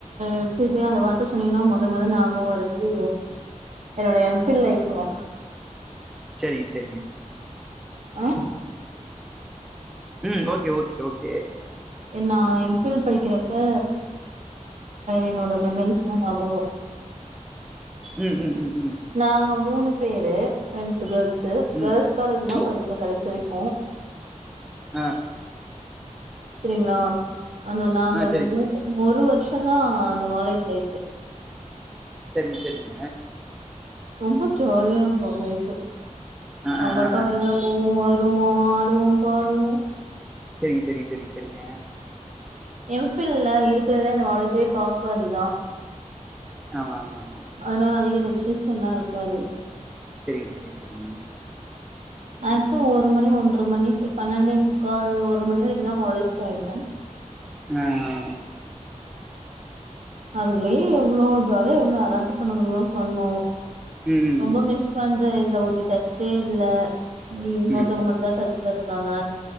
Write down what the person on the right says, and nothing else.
எடுத்துகிட்டிங்கனா அந்த வார்த்த சொன்னீங்கன்னா மொத மொத ஞாபகோ வரது என்னோட எம் ஃபில் லைஃப்புங்க
ஆ
நா எம் பில் படிக்கிறப்ப என்னோட மெமஸ் தா ஞாப வரு
நாங்க மூணு பேரு ஃப்ரெண்ட்ஸ்சு கேர்ள்ஸ்சு
கேர்ள்ஸ் காலேஜ் தா
படிச்ச கடைசி வரைக்கு
செரிங்களா அந்த நா அந்த
ஓ
ஒரு வர்ஷ் சந்தா அந்த காலேஜ் லைஃப்பு
ரொம்ப ஜாலியா இருக்கு லைஃபு
நம்ளுக்கா
வெல்லன
போவோ வருவோ ஆடுவோ பாடுவோ
எம் பில்ல இருக்கறதுலே அந்த வாலேஜ்யே டாப் அதுதா
அதனால அதிக ரெஸ்ட்ரெக்க்ஷன்னா இருக்காது
மேக்சிமம் ஒரு மணி ஒன்ற மணிக்கு பன்னெண்டே முக்கால் ஒரு மணி வரைக்கு தா காலேஜ் டைம்மு
அதுக்குள்யே எவ்ளோ ஜாலியா எவ்ளோ அராத்து பண்ண முடியுமோ பண்ணோ
ரொம்ப மிஸ் பண்ற இதுல ஒத்தி டச்சே இல்ல இன்னொருத்தவங்க
மட்டுதா டச்ல இருக்காங்க